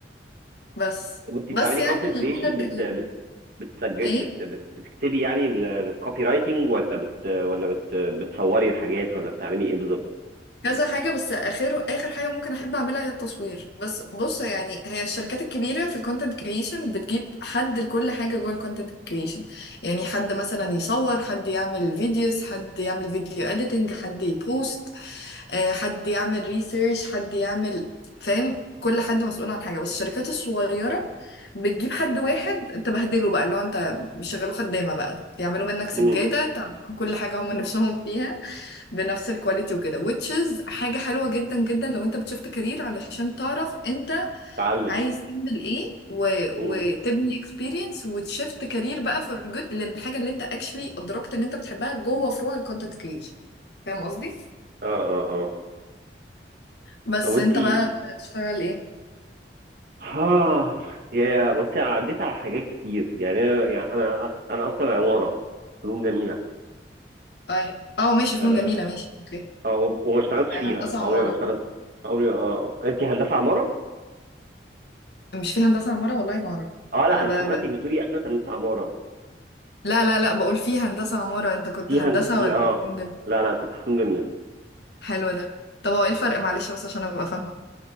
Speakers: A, on the left (about 65°); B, on the right (about 55°).
A: بس
B: طب انت
A: بس
B: بتعملي
A: يعني
B: كونتنت
A: الاونر
B: كريشن بت
A: كلمني
B: بت بتسجل
A: ايه
B: بت بت بتكتبي يعني الكوبي رايتنج ولا بت ولا بت بتصوري الحاجات ولا بتعملي ايه بالظبط
A: كذا حاجة بس آخر آخر حاجة ممكن أحب أعملها هي التصوير بس بص يعني هي الشركات الكبيرة في الكونتنت كريشن بتجيب حد لكل حاجة جوه الكونتنت كريشن يعني حد مثلا يصور حد يعمل فيديوز حد يعمل فيديو اديتنج حد يبوست آه، حد يعمل ريسيرش حد يعمل فاهم كل حد مسؤول عن حاجة بس الشركات الصغيرة بتجيب حد واحد تبهدله بقى اللي هو انت بيشغلوه خدامة بقى يعملوا منك سجادة
B: امم
A: تعمل لهم كل حاجة هم نفسهم فيها بنفس الكواليتي وكده which is حاجة حلوة جدا جدا لو انت بتشفت كارير علشان تعرف انت
B: تعلم
A: عايز تعمل ايه و... وتبني
B: مم.
A: experience وتشفت كارير بقى for good للحاجة اللي انت actually ادركت ان انت بتحبها جوه فروع الكونتنت creation فاهم قصدي؟
B: اه اه اه
A: بس
B: طب انت
A: انت بقى بتشتغل ايه؟
B: ها يا بصي انا عديت على حاجات كتير يعني انا يعني انا انا اصلا عماره فنون جميله
A: اي اه ماشي
B: آه
A: فنون جميلة ماشي اوكي
B: آه، وم- وما اشتغلتش
A: هندسة
B: فيها عمري
A: عمارة
B: ما اشتغلت عمري آه. آه. انت هندسه عماره
A: مش في هندسة عمارة والله ما اعرف
B: اه لا
A: انا
B: انا
A: ب...
B: افتكرتك
A: ب...
B: بتقولي انا هندسه عماره
A: لا لا لا بقول في هندسة عمارة انت كنت
B: في
A: هندسة
B: هن... في
A: ولا
B: اه
A: فنون جميلة
B: لا لا كنت فنون جميله
A: حلو ده طب هو ايه الفرق معلش بس عشان ابقى فاهمة